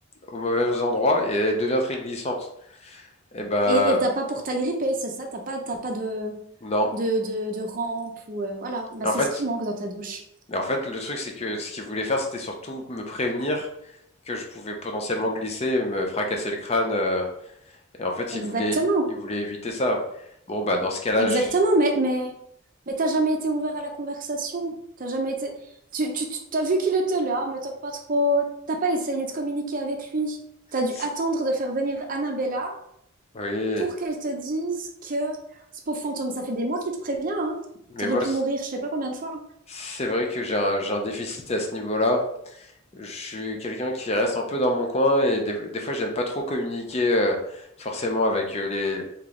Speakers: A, on the left (about 30°); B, on the right (about 40°).
A: au mauvais endroit et elle devient très glissante. Et bah
B: Et et t'as pas pour t'agripper, c'est ça? T'as pas, t'as pas de,
A: non.
B: de, de, de rampe ou euh, voilà. Bah
A: Et en
B: c'est
A: fait,
B: ce qui manque dans ta douche.
A: mais en fait, le truc, c'est que ce qu'il voulait faire, c'était surtout me prévenir que je pouvais potentiellement glisser, et me fracasser le crâne. euh, et en fait,
B: Exactement,
A: il voulait, il voulait éviter ça. Bon, bah dans ce cas-là,
B: exactement.
A: je...
B: Mais mais mais t'as jamais été ouvert à la conversation. T'as jamais été. Tu tu tu- t'as vu qu'il était là, mais t'as pas trop. T'as pas essayé de communiquer avec lui. T'as dû
A: c'est-
B: attendre de faire venir Annabella
A: oui.
B: pour qu'elle te dise que ce pauvre fantôme, ça fait des mois qu'il te prévient, hein.
A: Mais
B: T'aurais
A: moi,
B: pu mourir je sais pas combien de fois.
A: c'est vrai que j'ai un, j'ai un déficit à ce niveau-là. je suis quelqu'un qui reste un peu dans mon coin et des, des fois j'aime pas trop communiquer euh, forcément avec euh, les